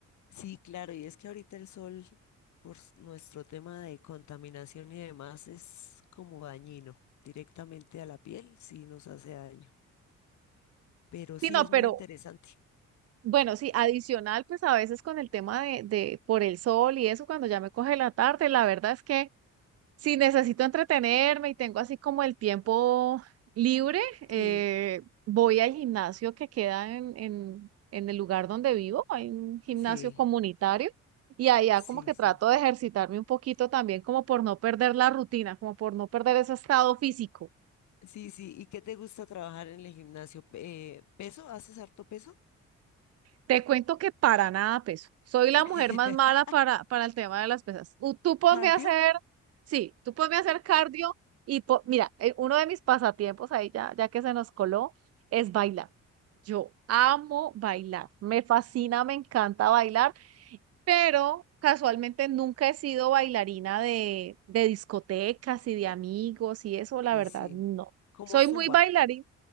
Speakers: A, on the left (about 70°); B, on the right (about 55°).
A: Sí, claro, y es que ahorita el sol, por s- nuestro tema de contaminación y demás, es como dañino directamente a la piel, sí nos hace daño. Pero
B: Sí,
A: sí
B: no,
A: es muy
B: pero
A: interesante.
B: bueno, sí, adicional, pues a veces con el tema de, de por el sol y eso, cuando ya me coge la tarde, la verdad es que Si necesito entretenerme y tengo así como el tiempo libre, eh,
A: Sí,
B: voy al gimnasio que queda en, en, en el lugar donde vivo. Hay un gimnasio
A: sí,
B: comunitario y allá
A: sí,
B: como que
A: sí.
B: trato de ejercitarme un poquito también como por no perder la rutina, como por no perder ese estado físico.
A: Sí, sí. ¿Y qué te gusta trabajar en el gimnasio? Eh, ¿peso? ¿Haces harto peso?
B: Te cuento que para nada peso. Soy la
A: <laughs>
B: mujer más mala para, para el tema de las pesas. Tú, tú ponme
A: ¿Cardio?
B: a hacer, sí, tú ponme a hacer cardio y po- mira, eh, uno de mis pasatiempos ahí ya, ya que se nos coló es bailar. Yo amo bailar, me fascina, me encanta bailar, pero casualmente nunca he sido bailarina de, de discotecas y de amigos y eso, la
A: Sí,
B: verdad,
A: sí.
B: no.
A: Como
B: Soy
A: zumba.
B: muy bailarina